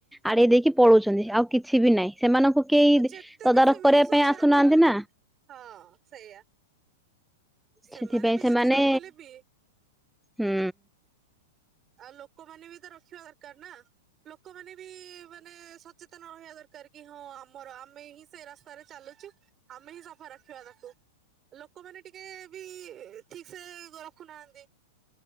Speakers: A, in the centre; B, on the right.
A: ଆଡେଇ ଦେଇକି ପଳଉଛନ୍ତି ଆଉ କି କିଛି ବି ନହିଁ ସେମାନଙ୍କୁ କେହି
B: ଯେତେ
A: ତଦାରଖ
B: ବି ସେମାନେ
A: କରିବା
B: ସ୍ଵଚ୍ଛ
A: ପାଇଁ ଆସୁନାହାନ୍ତି
B: ରଖିଲେ
A: ନା।
B: ହଁ ସେଇଆ ସେମାନେ
A: ସେଥିପାଇଁ
B: ବି
A: ସେମାନେ
B: ଯେତେ ରଖିଲେ ବି।
A: ହୁଁ।
B: ଆଉ ଲୋକମାନେ ବି ତ ରଖିବା ଦରକାର ନା ଲୋକମାନେ ବି ମାନେ ସଚେତନ ରହିବା ଦରକାର। କରିକି ହଁ ଆମର ଆମେ ହିଁ ସେ ରାସ୍ତାରେ ଚାଲୁଛୁ ଆମେ ହିଁ ସଫା ରଖିବା ତାକୁ, ଲୋକମାନେ ଟିକେ ବି ଠିକ ସେ ରଖୁନାହାନ୍ତି।